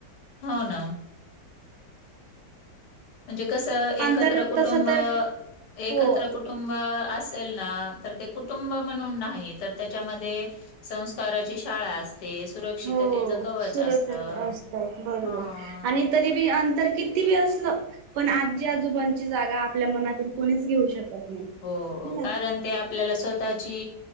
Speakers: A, on the left; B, on the right.
A: हो ना म्हणजे कसं एकत्र
B: अंतर
A: कुटुंब
B: तस तर
A: एकत्र
B: हो
A: कुटू कुटुंब असेल ना तर ते कुटुंब म्हणून नाही तर त्याच्यामध्ये संस्काराची शाळा असते सुरक्षिततेच
B: हो
A: कवच
B: सुरक्षित
A: असतं
B: असत बरोबर
A: हा
B: आणि तरी बी अंतर किती बी असलं पण आजी आजोबांची जागा आपल्या मनातून कोणीच घेऊ शकत नाही.
A: हो
B: ह ना
A: कारण ते आपल्याला स्वतःची